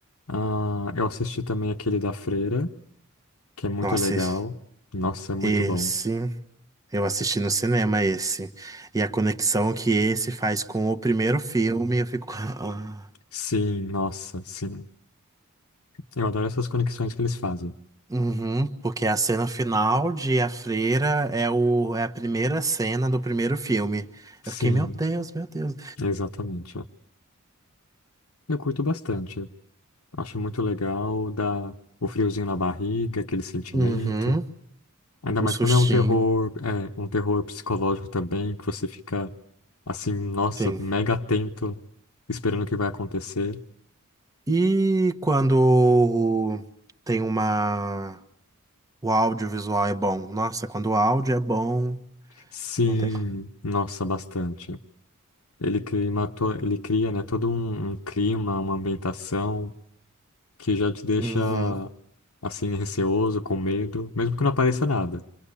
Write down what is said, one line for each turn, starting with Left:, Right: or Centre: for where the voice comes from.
Left: Ah, eu assisti também aquele da Freira, que é muito
Right: Nossa,
Left: legal.
Right: esse-
Left: Nossa, é muito
Right: Esse,
Left: bom.
Right: eu assisti no cinema esse. E a conexão que esse faz com o primeiro filme, eu fico. "Ah".
Left: Sim, nossa, sim. Eu adoro essas conexões que eles fazem.
Right: Uhum, porque a cena final de A Freira é, o, é a primeira cena do primeiro filme.
Left: Sim,
Right: Eu fiquei, meu Deus, meu Deus.
Left: exatamente. Eu curto bastante. Acho muito legal, dá o friozinho na barriga, aquele sentimento.
Right: Uhum,
Left: Ainda
Right: o
Left: mais
Right: sustinho.
Left: quando é um terror, é, um terror psicológico também, que você fica assim, nossa,
Right: Sim.
Left: mega atento, esperando o que vai acontecer.
Right: E quando tem uma. O audiovisual é bom. Nossa, quando o áudio é bom,
Left: Sim,
Right: não tem. co-
Left: nossa, bastante. Ele cria, uma to- ele cria, né, todo um, um clima, uma ambientação que já te deixa
Right: Uhum.
Left: assim receoso, com medo, mesmo que não apareça nada.